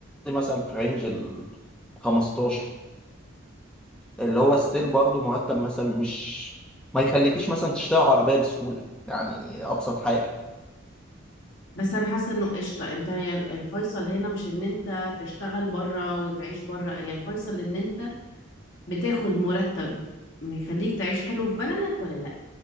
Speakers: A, in the centre; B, on the left.
A: مثلا في رينج ال 15 اللي هو ستيل برضه مرتب مثلا مش ما يخليكيش مثلا تشتري عربية بسهولة يعني أبسط حاجة
B: بس انا حاسه انه قشطه انت هي الفيصل هنا مش ان انت تشتغل بره وتعيش بره هي الفيصل ان انت بتاخد مرتب يخليك تعيش حلو في بلدك ولا لا